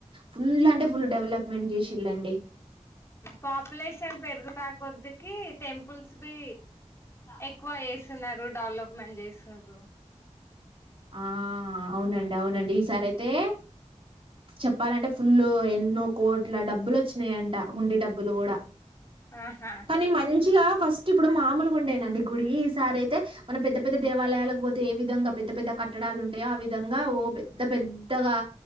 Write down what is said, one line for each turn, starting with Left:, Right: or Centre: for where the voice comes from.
Right: ఫుల్ అంటే ఫుల్ డెవలప్మెంట్ చేసిళ్ళండి
Left: పాపులేషన్ పెరుగుతా కొద్ద్దకి టెంపుల్స్ బి ఎక్కువ చేస్తున్నారు డెవలప్మెంట్ చేస్తున్నారు
Right: ఆ అవునండి అవునండి ఈసారి అయితే చెప్పాలంటే ఫుల్ ఎన్నో కోట్ల డబ్బులు వచ్చినాయంట ఉుండడి డబ్బులు కూడా
Left: ఆహా
Right: కానీ మంచిగా ఫస్ట్ ఇప్పుడు మామూలు గుండేనండి గుడి ఈ సారి అయితే మన పెద్ద పెద్ద దేవాలయాలకు పోతే ఏ విధంగా పెద్ద పెద్ద కట్టడాలు ఉంటాయో ఆ విధంగా ఓ పెద్ద పెద్ద పెత్తగా